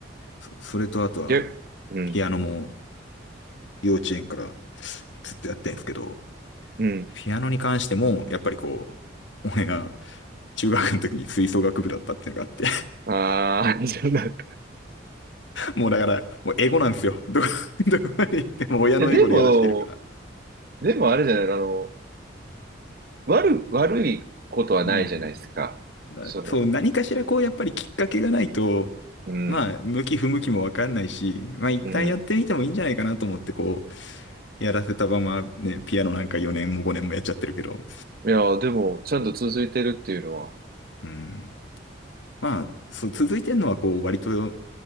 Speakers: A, on the left; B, on the right.
A: そ、それとあとは、
B: 逆、うん。
A: ピアノも幼稚園からずっとやってんですけど、
B: うん。
A: ピアノに関しても、やっぱりこう、俺が中学の時に吹奏楽部だったっていうのがあって、<laughs>
B: ああ、<laughs> そうだった。い
A: もうだから、もうエゴなんですよ。どこ、<laughs> どこまで行っても親のエゴでやらしてるから。
B: やでも、でもあれじゃない、あの、悪、悪いことはないじゃないですか。
A: うん。まあ、
B: その、
A: そう、何かしらこう、やっぱりきっかけがないと、
B: うん、
A: まあ、向き不向きもわかんないし、まあ一旦やってみてもいいんじゃないかなと思って、
B: うん。
A: こう、やらせたままね、ピアノなんか4年も5年もやっちゃってるけど、
B: いや、でも、ちゃんと続いてるっていうのは、
A: うん。まあ、そう、続いてんのはこう、割と